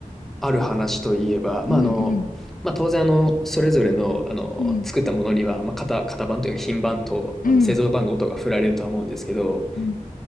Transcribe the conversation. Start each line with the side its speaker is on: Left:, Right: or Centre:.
Centre: ある話といえば、
Left: うん、
Centre: まあ、あの、
Left: うん、
Centre: まあ、当然、あの、それぞれの、あの、
Left: うん、
Centre: 作ったものには、まあ、型、型番というか、品番と、まあの、
Left: うん。
Centre: 製造番号とか振られるとは思うんですけど、
Left: うん